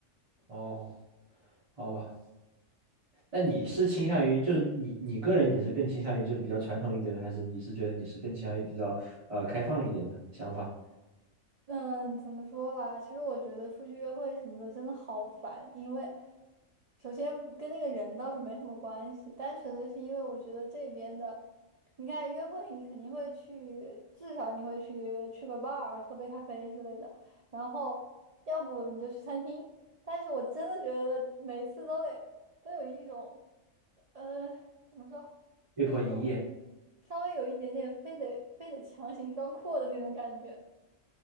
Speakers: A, on the right; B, on the right.
A: 哦，好吧。那你是倾向于，就是你你个人，你是更倾向于就比较传统一点的，还是你是觉得你是更倾向于比较呃开放一点的想法？
B: 嗯，怎么说吧？其实我觉得出去约会什么的真的好烦，因为首先跟那个人倒是没什么关系，单纯的是因为我觉得这边的，你看约会你肯定会去，至少你会去去个 bar 喝杯咖啡之类的，然后要不你就去餐厅。但是我真的觉得每次都得都有一种，呃，怎么说，
A: 被迫营业
B: 有一种稍微有一点点非得非得强行装阔的那种感觉。